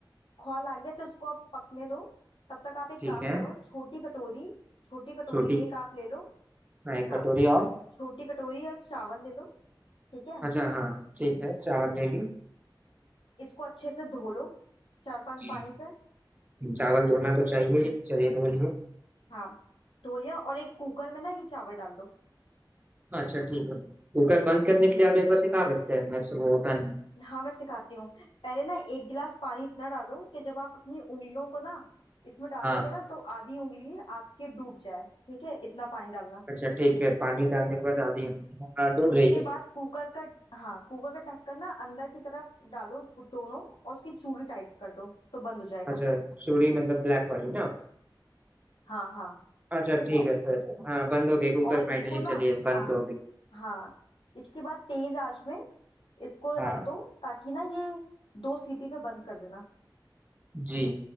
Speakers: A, on the left (about 85°); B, on the right (about 20°).
A: खौल आ गया तो उसको आप पकने दो तब तक आप एक
B: ठीक
A: काम
B: है
A: करो छोटी कटोरी छोटी कटोरी
B: रोटी
A: एक आप ले लो
B: हाँ एक
A: हाँ
B: कटोरी और
A: छोटी कटोरी या चावल ले लो ठीक है
B: अच्छा हाँ ठीक है चावल ले ली
A: इसको अच्छे से धो लो चार पांच
B: जी।
A: पानी से
B: चावल धोना तो चाहिए ही। चलिए धो लिए
A: हाँ धो लिया और एक कुकर में ना ये चावल डाल दो
B: अच्छा ठीक है कुकर बंद करने के लिए आप एक बार सिखा सकते हैं मेरे से वो होता नहीं है।
A: हाँ मैं सिखाती हूँ पहले ना एक गिलास पानी इतना डालो कि जब आप अपनी उंगलियों को ना इसमें डालोगे
B: हाँ
A: ना तो आधी उंगली आपके डूब जाए ठीक है इतना पानी डालना
B: अच्छा ठीक है पानी डालने के बाद आधी हाँ डूब
A: उसके
B: रही है
A: बाद कुकर का हाँ कुकर का ढक्कन ना अंदर की तरफ डालो दोनों और उसकी चूड़ी टाइट कर दो तो बंद हो जाएगा
B: अच्छा चूड़ी मतलब ब्लैक वाली ना
A: हाँ हाँ
B: अच्छा
A: ठीक
B: ठीक
A: है
B: है फिर हाँ बंद हो गई कुकर
A: और
B: फाइनली
A: इसको ना
B: चलिए बंद
A: हाँ
B: तो हो गई
A: हाँ इसके बाद तेज आंच में इसको
B: हाँ
A: रख दो ताकि ना ये दो सीटी पे बंद कर देना
B: जी